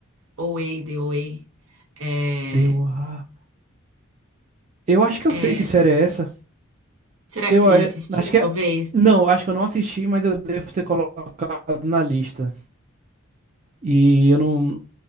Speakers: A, on the right; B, on the right.
A: OA, DOA. É,
B: Deu a... Eu acho que
A: é
B: eu sei que série é essa.
A: Será
B: Eu
A: que você
B: é,
A: já assistiu,
B: acho que
A: talvez?
B: é... Não, acho que eu não assisti, mas eu devo ter colocado na lista. E eu não